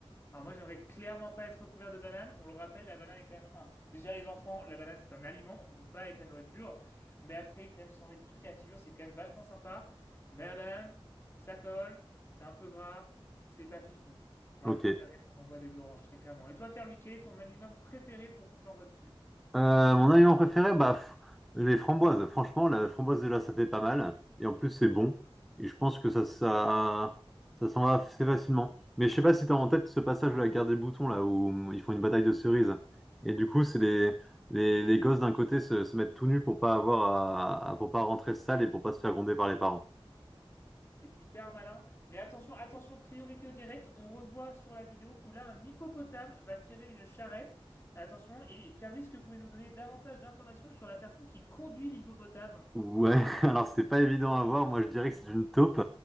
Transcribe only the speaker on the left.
Alors moi, j'aimerais clairement pas être couvert de banane. On le rappelle, la banane est quand même un. Déjà, les enfants, la banane, c'est un aliment. On ne joue pas avec la nourriture. Mais après, quand même, s'enlever des trucs à la figure, c'est quand même vachement sympa. Mais la banane, ça colle, c'est un peu gras, c'est pas fifou. Moi,
je préférerais qu'on m'envoie des oranges, très clairement. Et toi, Pierre-Louis, quel est ton aliment préféré pour qu'on te l'envoie dessus?
C'est hyper malin. Mais attention, attention, priorité au direct. On revoit sur la vidéo que là, un hippopotame va tirer une charrette. Attention. Et Pierre-Louis, est-ce que vous pouvez nous donner davantage d'informations sur la personne qui conduit l'hippopotame?